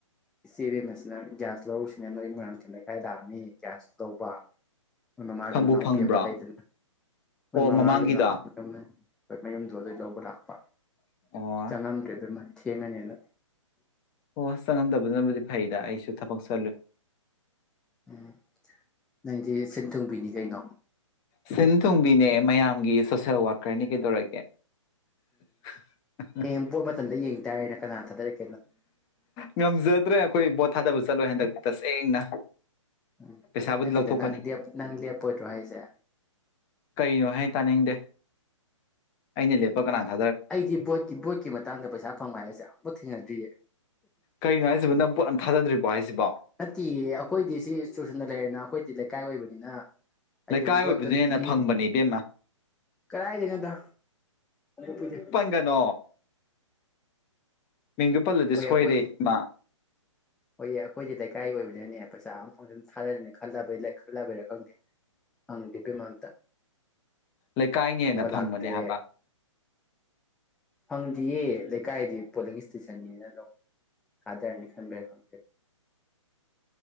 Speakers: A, in the centre; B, on the left (about 20°).
A: ꯏꯆꯦꯕꯤꯦꯝ ꯑꯁꯤꯅ ꯒ꯭ꯌꯥꯁ ꯂꯧꯔꯨꯁꯤꯅ ꯅꯣꯏ ꯃꯔꯣꯏꯥꯡꯊꯦꯝ ꯂꯩꯈꯥꯏ ꯂꯥꯛꯑꯅꯤ ꯒ꯭ꯌꯥꯁ ꯂꯧꯕ ꯍꯣꯏ ꯃꯃꯥꯒꯤ
B: ꯐꯪꯕꯨ
A: ꯃꯅꯥꯎꯄꯤ
B: ꯐꯪꯕ꯭ꯔꯣ
A: ꯑꯃ ꯂꯩꯗꯅ ꯍꯣꯏ
B: ꯑꯣ
A: ꯃꯃꯥꯒꯤ
B: ꯃꯃꯥꯡꯒꯤꯗꯣ
A: ꯃꯅꯥꯎꯄꯤ ꯌꯥꯝ ꯍꯣꯏ ꯃꯌꯨꯝꯗꯣ ꯑꯗꯨꯗꯩ ꯂꯧꯕ ꯂꯥꯛꯄ
B: ꯑꯣ
A: ꯆꯪꯉꯝꯗ꯭ꯔꯦ ꯑꯗꯨ ꯃꯥ ꯊꯦꯡꯉꯅꯦꯗ
B: ꯑꯣꯁ ꯆꯪꯉꯝꯗꯕꯗꯨꯅꯕꯨꯗꯤ ꯐꯩꯗ ꯑꯩꯁꯨ ꯊꯕꯛ ꯆꯠꯂꯨꯏ
A: ꯎꯝ ꯅꯪꯗꯤ ꯁꯦꯟ ꯊꯨꯡꯕꯤꯅꯤ ꯀꯩꯅꯣ
B: ꯁꯤꯟ ꯇꯣꯕꯤꯅꯦ ꯃꯌꯥꯝꯒꯤ ꯁꯣꯁꯦꯜ ꯋꯥꯀꯔꯅꯤ ꯀꯩꯗꯧꯔꯛꯒꯦ ꯎ
A: ꯀꯦꯝꯕꯣꯠ ꯃꯇꯝꯗ ꯌꯦꯡ ꯇꯔꯦꯅꯦ ꯀꯅꯥ ꯊꯥꯗꯛꯦ
B: ꯉꯝꯖꯗ꯭ꯔꯦ ꯑꯩꯈꯣꯏ ꯕꯣꯠ ꯊꯥꯗꯕ ꯆꯠꯂꯣꯏ ꯍꯟꯗꯛꯇꯤ ꯇꯁꯦꯡꯅ
A: ꯎꯝ
B: ꯄꯩꯁꯥꯕꯨꯗꯤ
A: ꯅꯠꯇꯗ
B: ꯂꯧꯊꯣꯛꯀꯅꯤ
A: ꯅꯪ ꯅꯪ ꯂꯦꯞꯄꯣꯏꯗ꯭ꯔꯣ ꯍꯥꯏꯁꯦ
B: ꯀꯩꯅꯣ ꯍꯥꯏ ꯇꯥꯅꯤꯡꯗꯦ ꯑꯩꯅ ꯂꯦꯞꯄ ꯀꯅꯥꯗ
A: ꯑꯩꯗꯤ ꯕꯣꯠꯀꯤ ꯕꯣꯠꯀꯤ ꯃꯇꯥꯡꯗ ꯄꯩꯁꯥ ꯐꯪꯕ ꯍꯥꯏꯁꯦ ꯑꯃꯨ ꯊꯦꯡꯅꯗ꯭ꯔꯤꯌꯦ
B: ꯀꯩꯅꯣ ꯍꯥꯏꯁꯤꯕ ꯅꯪ ꯄꯣꯠ ꯌꯥꯝ ꯊꯥꯗ꯭ꯔꯤꯕꯣ ꯍꯥꯏꯁꯤꯕꯣ
A: ꯅꯠꯇꯦꯌꯦ ꯑꯩꯈꯣꯏꯗꯤ ꯁꯤ ꯆꯨꯁꯟꯅ ꯂꯩꯔꯦꯅ ꯑꯩꯈꯣꯏꯗꯤ ꯂꯩꯀꯥꯏ ꯑꯣꯏꯕꯅꯤꯅ ꯑꯩ
B: ꯂꯩꯀꯥꯏ
A: ꯑꯗꯨ ꯕꯣꯠꯇꯣ
B: ꯑꯣꯏꯕꯗꯨꯅ
A: ꯑꯗꯨ
B: ꯍꯦꯟꯅ
A: ꯄ
B: ꯐꯪꯕꯅꯦ ꯏꯕꯦꯝꯃ
A: ꯀꯗꯥꯥꯏꯗꯩꯅꯣꯗ ꯎꯕꯨ ꯄꯗꯦ
B: ꯀꯩꯅꯣ ꯃꯤꯡꯗꯨ ꯄꯜꯂꯗꯤ
A: ꯍꯣꯏ
B: ꯁꯣꯏꯔꯦ
A: ꯑꯩꯈꯣꯏꯗꯤ
B: ꯏꯃ
A: ꯍꯣꯏꯌꯦ ꯑꯩꯈꯣꯏꯁꯦ ꯂꯩꯀꯥꯏꯒꯤ ꯑꯣꯏꯕꯅꯤꯅꯅꯦ ꯄꯩꯁꯥ ꯑꯃ ꯐꯪꯖꯅ ꯊꯥꯗꯔꯤꯅꯦ ꯈꯜꯂꯕꯩ ꯈꯜꯂꯕꯩꯔ ꯈꯪꯗꯦ ꯍꯪꯗꯦꯕꯃꯝꯇ
B: ꯂꯩꯀꯥꯏꯅ ꯍꯦꯟꯅ ꯐꯪꯕꯅꯦ
A: ꯂꯥꯛꯇ꯭ꯔꯦ
B: ꯍꯥꯏꯕ
A: ꯐꯪꯗ꯭ꯔꯤꯌꯦ ꯂꯩꯀꯥꯏꯗꯤ ꯄꯣꯂꯤꯡ ꯏꯁꯇꯦꯁꯟ ꯆꯅꯤꯅ ꯂꯧ ꯊꯥꯗꯔꯅꯤ ꯈꯟꯕꯦ ꯈꯪꯗꯦ